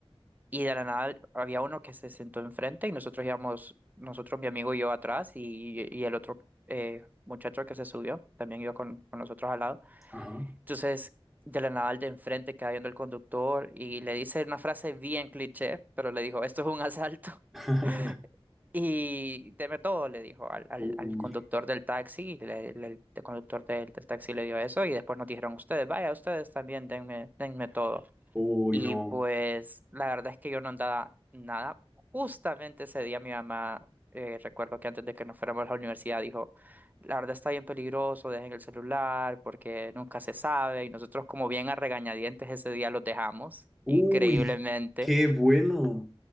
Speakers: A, on the right; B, in the centre.
A: Y de la nada había uno que se sentó enfrente y nosotros íbamos, nosotros, mi amigo y yo atrás y, y el otro eh, muchacho que se subió también iba con, con nosotros al lado.
B: Ajá.
A: Entonces, de la nada el de enfrente queda viendo el conductor y le dice una frase bien cliché, pero le dijo, esto es un asalto.
B: <laughs>
A: <laughs> Y deme todo, le dijo al, al,
B: Uy.
A: al conductor del taxi, le- le- el, conductor del, del taxi le dio eso y después nos dijeron ustedes, vaya, ustedes también denme, denme todo.
B: Uy,
A: Y
B: no.
A: pues la verdad es que yo no andaba nada. Justamente ese día mi mamá, eh, recuerdo que antes de que nos fuéramos a la universidad, dijo, la verdad está bien peligroso, dejen el celular porque nunca se sabe. Y nosotros como bien a regañadientes ese día los dejamos,
B: Uy,
A: increíblemente.
B: qué bueno.